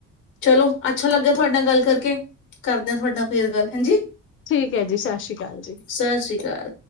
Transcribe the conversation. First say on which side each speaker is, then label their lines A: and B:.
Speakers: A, on the left (about 90°); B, on the left (about 40°).
A: ਚਲੋ ਅੱ ਅੱਛਾ ਲੱਗਿਆ ਤੁਹਾਡੇ ਨਾਲ ਗੱਲ ਕਰਕੇ ਕਰਦੇ ਹਾਂ, ਤੁਹਾਡੇ ਨਾਲ ਫੇਰ ਗੱਲ। ਹਾਂਜੀ।
B: ਠੀਕ ਹੈ ਜੀ। ਸਤਿ ਸ਼੍ਰੀ ਅਕਾਲ ਜੀ।
A: ਸਤਿ ਸ੍ਰੀ ਅਕਾਲ।